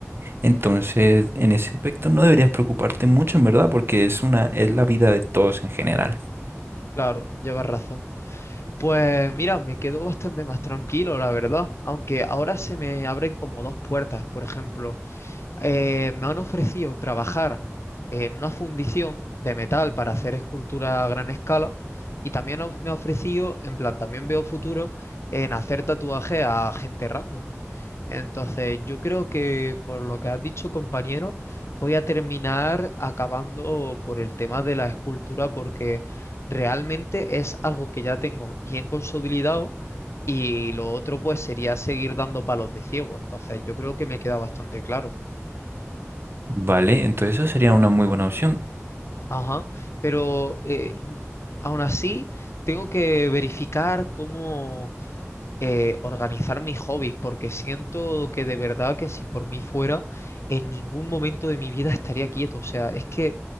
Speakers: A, on the right; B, on the left.
A: Entonces, en ese aspecto no deberías preocuparte mucho, en verdad, porque es una, es la vida de todos en general.
B: Claro, llevas razón. Pues mira, me quedo bastante más tranquilo, la verdad, aunque ahora se me abren como dos puertas. Por ejemplo, eh, me han ofrecido trabajar en una fundición de metal para hacer escultura a gran escala y también of- me ha ofrecido, en plan, también veo futuro en hacer tatuajes a gente random. Entonces, yo creo que por lo que has dicho, compañero, voy a terminar acabando por el tema de la escultura porque realmente es algo que ya tengo bien consolidado y lo otro pues sería seguir dando palos de ciego. Entonces, yo creo que me queda bastante claro.
A: Vale, entonces eso sería una muy buena opción.
B: Ajá, pero eh, aún así tengo que verificar cómo eh, organizar mis hobbies, porque siento que de verdad que si por mí fuera, en ningún momento de mi vida <laughs> estaría quieto. O sea, es que